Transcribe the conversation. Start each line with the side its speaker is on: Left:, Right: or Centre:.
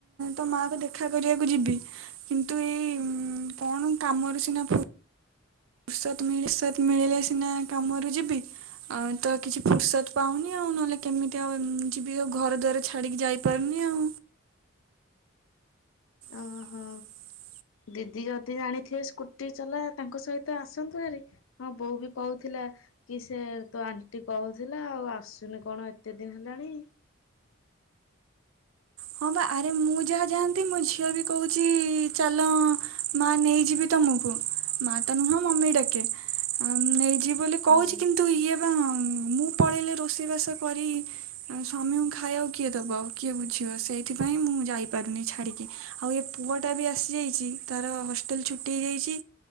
Right: ତୋ ମାଆକୁ ଦେଖା କରିବାକୁ ଯିବି କିନ୍ତୁ ଏଇ କଣ କାମରେ ସିନା ଫୁର୍ସତ ମିଳିସତ୍ମିଳିଲେ ସିନା କାମରେ ଯିବି। ଆଉ ତ କିଛି ଫୁର୍ସଦ ପାଉନି ଆଉ ନହେଲେ କେମିତି ଆଉ ଯିବି ଆଉ ଘର ଦ୍ୱାରରେ ଛାଡିକି ଯାଇ ପାରୁନି ଆଉ
Left: ଓହୋ
Right: <inaudible>
Left: ଦିଦି ଯଦି ଜାଣିଥିବେ ସ୍କୁଟି ଚଲା, ତାଙ୍କ ସହିତ ଆସନ୍ତୁ ଆରି ହଁ ବୋଉ ବି କହୁଥିଲା କି ସେ ତୋ ଆଣ୍ଟି କହୁଥିଲା ଆଉ ଆସୁନି କଣ ଏତେ ଦିନ ହେଲାଣି?
Right: ହଁ ବା ଆରେ ମୁଁ ଯାହା ଯାଆନ୍ତି ମୋ ଝିଅ ବି କହୁଛି ଚାଲ ଅ ମା ନେଇଯିବି ତମକୁ, ମା ତ ନୁହଁ ମମି ଡାକ ନେଇଯିବି ବୋଲି କହୁଛି
Left: ହୁଁ
Right: କିନ୍ତୁ ତୁ ଇଏ ବା ମୁଁ ପଳେଇଲେ ରୋଷେଇ ବାସ କରି ସ୍ୱାମୀଙ୍କୁ ଖାଇବାକୁ କିଏ ଦବ ଆଉ କିଏ ବୁଝିବ? ସେଇଥିପାଇଁ ମୁଁ ଯାଇପାରୁନି ଛାଡିକି ଆଉ ଏ ପୁଅ ଟା ବି ଆସି ଯାଇଛି, ତାର ହଷ୍ଟେଲ ଛୁଟି ହେଇଯାଇଛି।